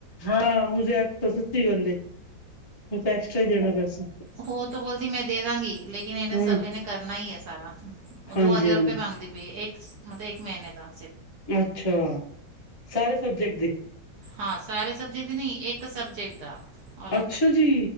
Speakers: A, on the left (about 20°); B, on the right (about 70°).
A: ਹਾਂ ਹੋ ਜੇ ਐਕ ਸੱਚੀ ਗੱਲ ਏ ਤੂੰ ਤਾਂ ਐਕਸਟਰਾ ਹੀ ਦੇਣਾ ਪੈਸਾ
B: ਹੋਰ ਤਾਂ ਬੋਲਦੀ, ਮੈਂ ਦੇ ਦਾਂਗੀ ਲੇਕਿਨ ਇਹਨੇ
A: ਹਮ
B: ਸਲੇਬਸ ਇਹਨੇ ਕਰਨਾ ਹੀ ਹੈ ਸਾਰਾ
A: ਹਾਂਜੀ
B: ਦੋ ਹਜ਼ਾਰ
A: ਹਾਂਜੀ
B: ਰੁਪਏ ਮੰਗਦੇ ਪਈ ਹੈ, ਇੱਕ ਮਤਲਬ ਇੱਕ ਮਹੀਨੇ ਦਾ
A: ਅੱਛਾ। ਸਾਰੇ ਸਬਜੈਕਟ ਦੇ
B: ਹਾਂ ਸਾਰੇ ਸਬਜੈਕਟ ਨੀ, ਇੱਕ ਸਬਜੈਕਟ ਦਾ ਓਲ
A: ਅੱਛਾ ਜੀ